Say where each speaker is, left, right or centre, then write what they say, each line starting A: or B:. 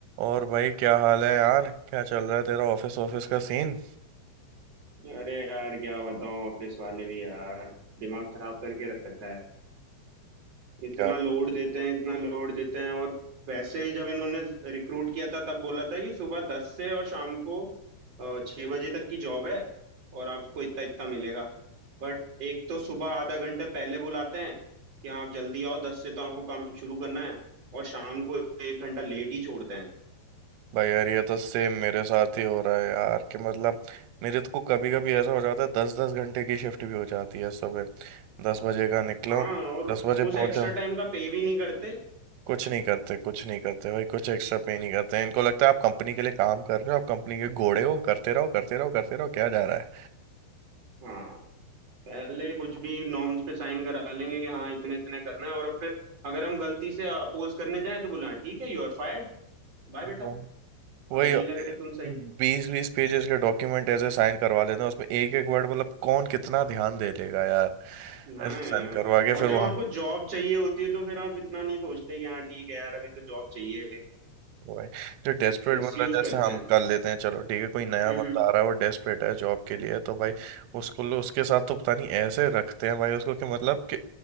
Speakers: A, on the right (about 85°); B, on the right (about 35°).
A: और भाई क्या हाल है यार क्या चल रहा है तेरा ऑफिस ऑफिस का सीन
B: अरे यार क्या बताऊं ऑफिस वाले भी यार दिमाग खराब करके रख रखा है इतना
A: क्या
B: लोड देते हैं इतना लोड देते हैं और वैसे जब इन्होंने रिक्रूट किया था तब बोला था कि सुबह दस से और शाम को अ, छह बजे तक की जॉब है और आपको इतना इतना मिलेगा बट एक तो सुबह आधा घंटे पहले बुलाते हैं कि आप जल्दी आओ दस से तो आपको काम शुरू करना है और शाम को एक घंटा लेट ही छोड़ते हैं
A: भाई यार ये तो सेम मेरे साथ ही हो रहा है यार कि मतलब मेरे तो को कभी कभी ऐसा हो जाता है दस दस घंटे की शिफ्ट भी हो जाती है सुबह दस बजे का निकला
B: हाँ
A: हूँ
B: और
A: दस बजे
B: उस एक्स्ट्रा
A: पहुंचा हूँ
B: टाइम का पे भी नहीं करते
A: कुछ नहीं करते कुछ नहीं करते भाई कुछ एक्स्ट्रा पे नहीं करते इनको लगता है आप कंपनी के लिए काम कर रहे हो आप कंपनी के घोड़े हो करते रहो करते रहो करते रहो क्या जा रहा है
B: हाँ पहले कुछ भी नॉर्म्स पे साइन करा लेंगे कि हाँ इतने इतने करना है और अब फिर अगर हम गलती से अपोज करने जाएं तो बोला ठीक है यू आर फायर्ड बाय बेटा
A: वो। वही
B: हमें नहीं लग रहे तुम सही
A: बीस बीस पेजेस के डॉक्यूमेंट ऐसे साइन करवा लेते हैं उसमें एक एक वर्ड मतलब कौन कितना ध्यान दे लेगा यार
B: हाँ
A: ऐसे साइन
B: यार
A: करवा के
B: और
A: फिर
B: जब आपको
A: वहाँ
B: जॉब चाहिए होती है तो फिर आप इतना नहीं सोचते कि हाँ ठीक है यार अभी तो जॉब चाहिए
A: वही जो डेस्परेट
B: मिस
A: बंदा
B: यूज
A: जैसे
B: करते
A: हम
B: हैं
A: कर लेते हैं चलो ठीक है कोई नया
B: हम्म
A: बंदा
B: हम्म
A: आ रहा है वो डेस्परेट है जॉब के लिए तो भाई उसको उसके साथ तो पता नहीं ऐसे रखते हैं भाई उसको कि मतलब कि